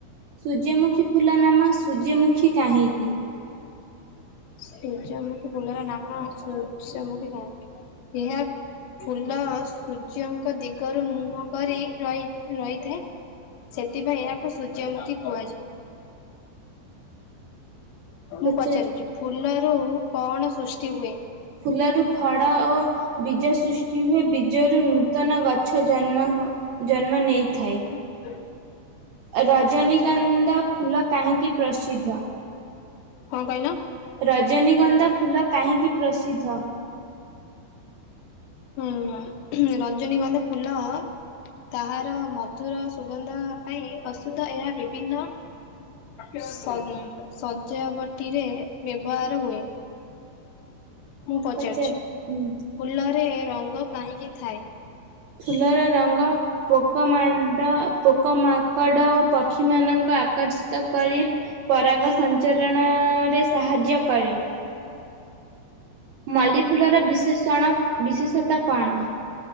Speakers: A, on the right; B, on the left.
A: ସୂର୍ଯ୍ୟମୁଖୀ ଫୁଲ ନାମ ସୂର୍ଯ୍ୟମୁଖୀ କାହିଁକି?
B: ସୂର୍ଯ୍ୟମୁଖୀ ଫୁଲର ନାମ ସୂର୍ଯ୍ୟମୁଖୀ କା ଏହା ଫୁଲ ସୂର୍ଯ୍ୟ ଙ୍କ ଦିଗରୁ ମୁହଁ କରି ରହି ରହିଥାଏ। ସେଥିପାଇଁ ଏହାକୁ ସୂର୍ଯ୍ୟମୁଖୀ କୁହାଯାଏ। ମୁଁ
A: ପଚାର
B: ପଚାରୁଚି। ଫୁଲ ରୁ କଣ ସୃଷ୍ଟି ହୁଏ?
A: ଫୁଲରୁ ଫଳ ଓ ବୀଜ ସୃଷ୍ଟି ହୁଏ। ବୀଜରୁ ନୂତନ ଗଛ ଜନ୍ମ ଜନ୍ମ ନେଇଥାଏ।
B: <inaudible>
A: ଆ ରଜନୀଗନ୍ଧା
B: ଆଛା
A: ଫୁଲ କାହିଁକି ପ୍ରସିଦ୍ଧ?
B: କଣ କହିଲ?
A: ରଜନୀଗନ୍ଧା ଫୁଲ କାହିଁକି ପ୍ରସିଦ୍ଧ?
B: ହୁଁ ରଜନୀଗନ୍ଧା ଫୁଲ ତାହାର ମଧୁର ସୁଗନ୍ଧ ପାଇଁ ପ୍ରସିଦ୍ଧ। ଏହା ବିଭିନ୍ନ ଶ ଶଯାବଟିରେ ବ୍ୟବହାର ହୁଏ। ମୁଁ ପଚାରୁଚି।
A: ପଚାର ହୁଁ
B: ଫୁଲରେ ରଙ୍ଗ କାହିଁକି ଥାଏ?
A: ଫୁଲର ରଙ୍ଗ ପୋକ ମାଡ଼ ପୋକ ମାଙ୍କଡ ଓ ପକ୍ଷୀ ମାନଙ୍କୁ ଆକର୍ଷିତ କରି ପରାଗ ସଞ୍ଚରଣରେ ସାହାଯ୍ୟ କରେ। ମଲ୍ଲି ଫୁଲର ବିଶେଷଣ ବିଶେଷତା କଣ?